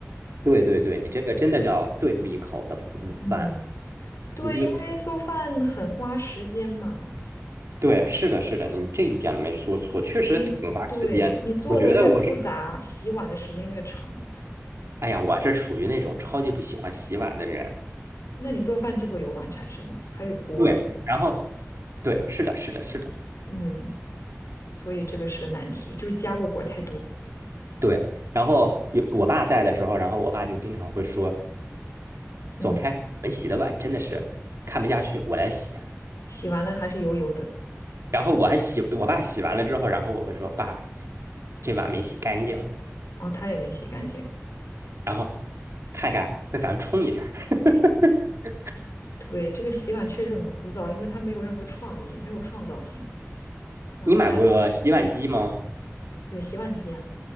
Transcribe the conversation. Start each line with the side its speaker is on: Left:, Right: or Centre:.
Right: 对对对，你这个真的叫对付一口的午饭。
Left: 嗯，对，
Right: 你就
Left: 因为做饭很花时间嘛，
Right: 对，是的，是的，你这一点没说错，确实挺花时间。
Left: 你对你做的越复杂，
Right: 我觉得我是
Left: 洗碗的时间越长，
Right: 哎呀，我是属于那种超级不喜欢洗碗的人。
Left: 那你做饭就会有碗产生啊，还有锅呢。
Right: 对，嗯然后对，是的，是的，是的，
Left: 嗯，所以这个是个难题，就是家务活儿太多。
Right: 对。然后有我爸在的时候，然后我爸就经常会说：
Left: 嗯，
Right: “走开，你们洗的碗真的是看不下去，我来洗。”
Left: 洗完了还是油油的，
Right: 然后我还洗，我爸洗完了之后，然后我会说：“爸，这碗没洗干净。”
Left: 哦，他也没洗干净。
Right: 然后看看，那咱冲一下。<laughs>
Left: 对，这个洗碗确实很枯燥，因为它没有任何创意，没有创造性。然后但
Right: 你买过洗碗机吗？
Left: 有洗碗机啊，